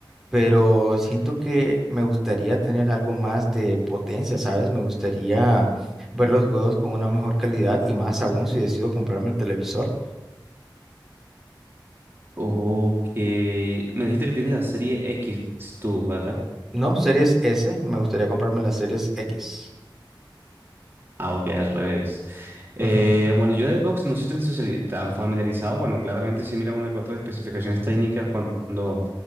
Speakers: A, in the centre; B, on the right (about 25°).
A: pero siento que me gustaría tener algo más de potencia, ¿sabes? Me gustaría ver los juegos con una mejor calidad y más aún si decido comprarme el televisor.
B: Ok, me dijiste que tienes la serie X tú, ¿verdad?
A: No, series S, me gustaría comprarme las series X.
B: Ah, ok, al revés. Eh,
A: Ujú,
B: bueno, yo de Xbox no soy tan, sociali- tan familiarizado. Bueno, claramente sí mira una que otras especificaciones técnicas cuando